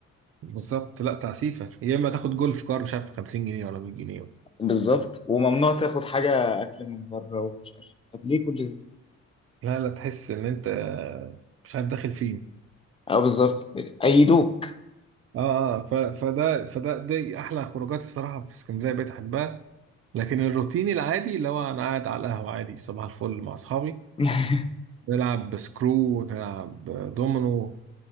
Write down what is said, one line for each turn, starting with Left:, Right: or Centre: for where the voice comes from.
Right: بالظبط لا تعسيفه يا اما تاخد جولف كار مش عارف ب 50 جنيه ولا 100 جنيه
Left: بالظبط وممنوع تاخد حاجه اكل من بره ومش عارف طب ليه كل ده
Right: لا لا تحس ان انت مش عارف داخل فين
Left: اه بالظبط ايدوك
Right: اه اه ف- فده فده دي احلى خروجات الصراحه في اسكندريه بقيت احبها لكن الروتيني العادي اللي هو انا قاعد على القهوه عادي صباح الفل مع اصحابي
Left: <laughs>
Right: نلعب سكرو نلعب دومينو